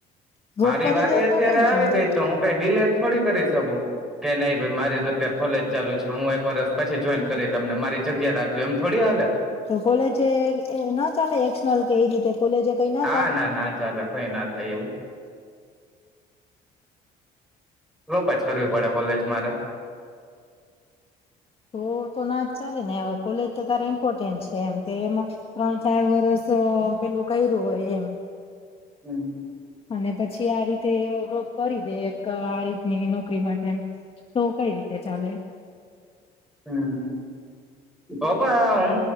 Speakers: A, on the left; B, in the centre.
A: ડ્રોપ
B: મારી
A: કરી
B: વારી
A: દે
B: અત્યારે
A: તો કેમ
B: આવી
A: ચાલે
B: ગઈ તો હું કઈ ડીલે થોડી કરી શકું. કે નહી ભાઈ મારી તો અત્યારે કોલેજ ચાલુ છે હું એક વરષ પછી જોઈન કરી તમને મારી જગ્યા રાખજો એમ. થોડી હાલે
A: તો કોલેજ ના ચાલે એક્સનલ કે એ રીતે કોલેજ કઈ ના
B: હા
A: ચાલે?
B: ના ચાલે કઈ ના થાય એવું રોપ જ કરવી પડે કોલેજ મારે.
A: ત તો ના જ ચાલે ને હવે કોલેજ તો તારેા ઇમ્પોર્ટેન્ટ છે એમ તે એમાં ત ચાર વર્ષ પેલું ક્યું હોય એમ.
B: હમ.
A: અને પછી આ રીતે કરી દે એક આ રીતની નોકરી માટે એમ. તો કઈ રીતે ચાલે.
B: હમ, પાપા હમ.